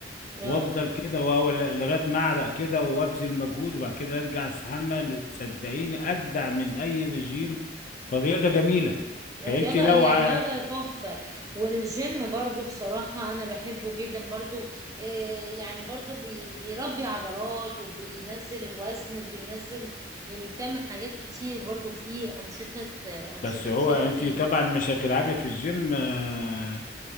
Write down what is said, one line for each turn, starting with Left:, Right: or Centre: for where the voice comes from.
Right: لا
Left: وافضل كده وأول- لغايه ما اعرق كده وابذل مجهود وبعد كده ارجع استحمى ل- صدقيني اجدع من اي رجيم فالرياضه جميله
Right: الرياضة
Left: فانت لو
Right: هي
Left: ع...
Right: رياضة تحفة والجيم برضو بصراحة أنا بحبه جدا برضو آه يعني برضو بي- بيربي عضلات وبينزل الوزن وبينزل يعني بتعمل حاجات كتير برضو فيه أنشطة آه، أنشطة
Left: بس هو
Right: كتيرة
Left: انت
Right: فيه
Left: طبعا مش هتلعبي في الجيم آه،